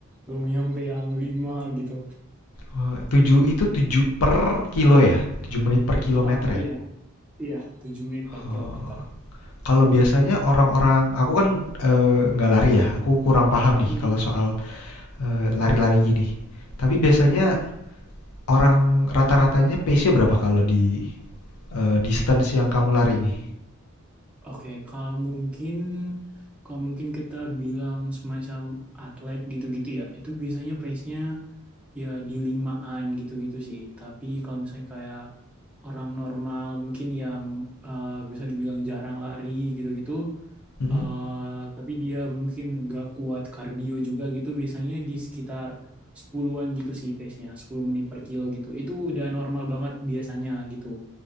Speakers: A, in the centre; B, on the left.
A: Belum nyampe yang 5 gitu.
B: Wah, itu 7 per kilo ya? 7 menit per kilometer
A: Ah iya,
B: ya?
A: iya, 7 menit per
B: Oh,
A: kilometer.
B: Kalau biasanya orang-orang, aku kan eh, nggak lari ya, aku kurang paham nih
A: Hmm,
B: kalau soal eh, lari-lari gini. Tapi biasanya
A: ah,
B: orang rata-ratanya pace-nya berapa kalau di eh, distance yang kamu lari ini?
A: oke, kalau mungkin kalau mungkin kita bilang semacam atlet gitu-gitu ya, itu biasanya pace-nya ya di limaan gitu-gitu sih. Tapi kalau misalnya kayak orang normal mungkin yang eh, bisa dibilang jarang lari gitu-gitu
B: Mm-mm.
A: eh, tapi dia mungkin gak kuat kardio juga gitu biasanya di sekitar sepuluhan gitu sih pace-nya 10 menit per kilo gitu itu udah normal banget biasanya gitu